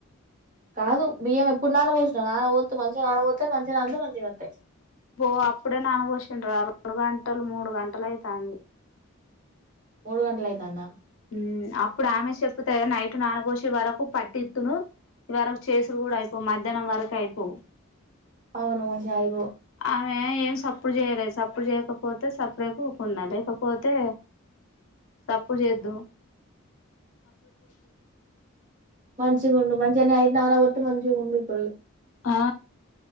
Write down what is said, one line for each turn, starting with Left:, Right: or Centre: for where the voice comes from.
Right: కాదు బియ్యం ఎప్పుడు నావోసినవ్ నాన్వోతే మంచిగా నాన్నబోతే మంచిగా నాంతే మంచిగా వతాయి
Left: పో అప్పుడే నాన ఓసిండ్రు రా రెండు గంటలు మూడు గంటలు అయితంది
Right: ముడుగంటలు అయ్యితాద
Left: ఉ అప్పుడు ఆమె చెప్పుతే నైటు నాన్న పోసే తీ వరకు పట్టిత్తును ఇవరకు చేసుడు కూడా అయిపోవు మధ్యానం వరక అయిపోవు
Right: అవును మంచిగాఐపోవ్
Left: ఆమె ఏం సప్పుడు చేయలే సప్పుడు చేయకపోతే సప్పుడ వుకున్నా లేకపోతే సప్పుడు జెయదు
Right: మంచిగా ఉండు మంచిగానే ఐదు నాన్నవోతే మంచిగా ఉండు ఇప్పుడు
Left: ఆ